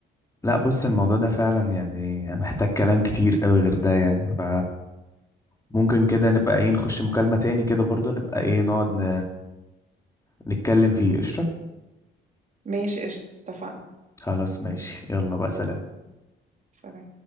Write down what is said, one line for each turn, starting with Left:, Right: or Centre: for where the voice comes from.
Left: لا بص الموضوع ده فعلا يعني محتاج كلام كتير قوي غير ده يعني ف ممكن كده نبقى ايه نخش مكالمة تاني كده برضو نبقى ايه نقعد ن... نتكلم فيه قشطة
Right: ماشي قشطه اتفقنا
Left: خلاص ماشي يلا بقى سلام
Right: باي. سلام